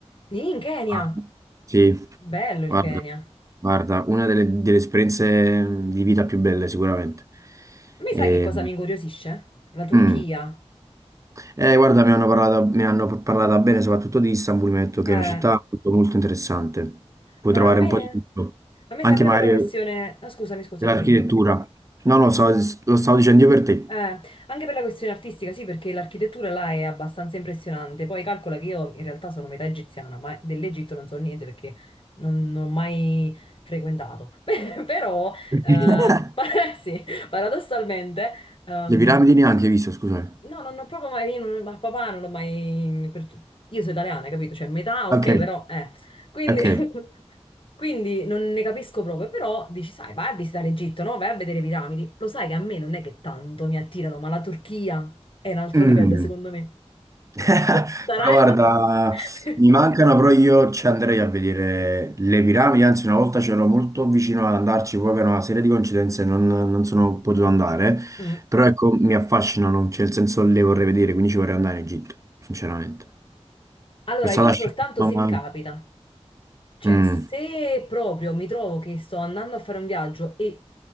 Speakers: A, on the left; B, on the right.
A: in Kenya!
B: Ah, Sì,
A: Bello
B: guarda,
A: il Kenya. A
B: guarda, una delle, delle esperienze di vita più belle sicuramente.
A: me
B: E,
A: sai che cosa mi incuriosisce? La Turchia.
B: mm, Eh, guarda, mi hanno parlato, mi hanno parlato bene soprattutto di Istanbul, mi hanno detto che
A: Eh,
B: è una città molto, molto interessante. Puoi
A: ma
B: trovare
A: a me,
B: un po' di tutto,
A: a me
B: anche
A: sempre
B: magari
A: per la questione... ah, scusami, scusami,
B: dell'architettura.
A: dimmi, dimmi.
B: No, no, so- lo stavo dicendo io per te.
A: Eh, anche per la questione artistica, sì, perché l'architettura là è abbastanza impressionante. Poi calcola che io in realtà sono metà egiziana, ma dell'Egitto non so niente perché non, non ho mai frequentato. <laughs> Però,
B: <laughs>
A: eh, pa- <laughs> sì, paradossalmente, ehm,
B: Le piramidi neanche hai visto, scusate.
A: No, non ho proprio mai, io non- ma papà non ho mai, per- io sono italiana, capito? Cioè, metà, ok,
B: Ok,
A: però, eh. Quindi,
B: ok.
A: <laughs> quindi non ne capisco proprio, però dici, sai, vai a visitare Egitto, no? Vai a vedere le piramidi. Lo sai che a me non è che tanto mi attirano, ma la Turchia è un altro
B: Mm.
A: livello, secondo me.
B: <laughs>
A: Oh, Sarai
B: Però guarda,
A: là. <laughs>
B: mi mancano, però io ci andrei a vedere le piramidi, anzi una volta c'ero molto vicino ad andarci, poi per una serie di coincidenze non, non sono potuto andare,
A: Mm.
B: però ecco, mi affascinano, cioè nel senso le vorrei vedere, quindi ci vorrei andare in Egitto, sinceramente.
A: Allora,
B: Sono
A: io
B: stato a
A: soltanto
B: Sharm,
A: se
B: ma...
A: capita. Cioè,
B: mm,
A: se proprio mi trovo che sto andando a fare un viaggio e